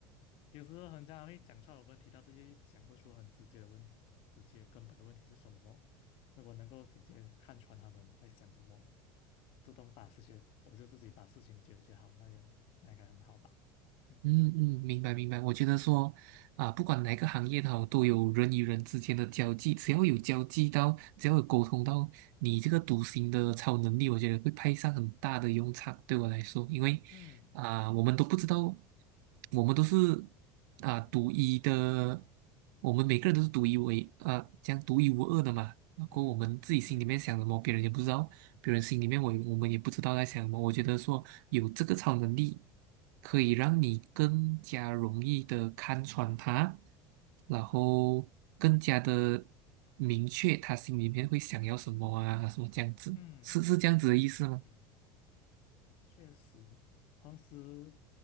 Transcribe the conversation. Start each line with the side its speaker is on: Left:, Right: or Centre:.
Left: 有时候很常会讲出来的问题，但是又讲不出很直接的问，直接根本的问题是什么。如果能够直接看穿他们在想什么，自动把事情，我就自己把事情解决好，那也那应该很好吧。<laughs>
Right: 嗯嗯，明白明白。我觉得说啊，不管哪个行业它都有人与人之间的交际，只要有交际到，只要有沟通到，你这个独行的超能力，我觉得会派上很大的用场。对我来说，因为啊、
Left: 嗯
Right: 我们都不知道，我们都是啊、独一的，我们每个人都是独一无二啊、这样独一无二的嘛。然后我们自己心里面想什么，
Left: 嗯嗯
Right: 别人也不知道，别人心里面我我们也不知道在想什么。我觉得说有这个超能力，可以让你更加容易的看穿他，然后更加的明确他心里面会想要什么啊，
Left: 嗯
Right: 什么这样子，
Left: 嗯嗯
Right: 是是这样子的意思吗？
Left: 嗯。确实，同时